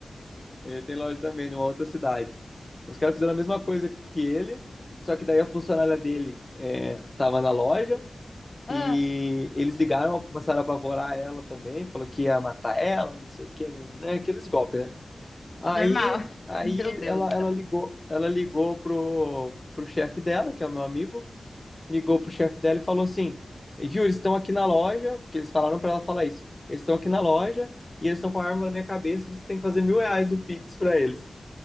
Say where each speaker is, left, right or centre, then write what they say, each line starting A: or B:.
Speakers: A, on the left; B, on the left.
A: Ele tem loja também, numa outra cidade. Os caras fizeram a mesma coisa que ele, só que daí a funcionária dele é, tava na loja
B: Ah,
A: E eles ligaram, começaram a apavorar ela também, falou que ia matar ela, não sei o que, né? né, Aqueles golpes, né? Aí,
B: normal. <laughs>
A: aí
B: Meu Deus
A: ela,
B: do
A: ela
B: céu.
A: ligou, ela ligou pro, pro chefe dela, que é o meu amigo, ligou pro chefe dela e falou assim: viu, eles estão aqui na loja, porque eles falaram para ela falar isso, eles estão aqui na loja e eles estão com a arma na minha cabeça, você tem que fazer mil reais no Pix pra eles.